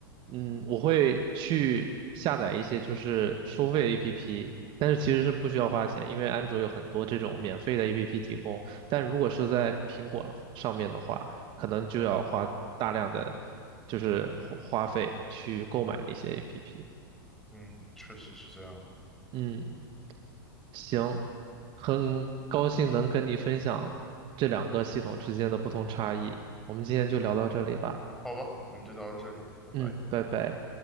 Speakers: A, on the right; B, in the centre.
A: 嗯，我会去下载一些就是收费 APP，但是其实是不需要花钱，因为安卓有很多这种免费的 APP 提供，但如果是在苹果上面的话，可能就要花大量的就是花花费去购买那些 APP。
B: 嗯，确实是这样的。
A: 嗯行，很高兴能跟你分享这两个系统之间的不同差异。我们今天就聊到这里吧。
B: 好吧，我们就聊到这里，拜拜。
A: 嗯，拜拜。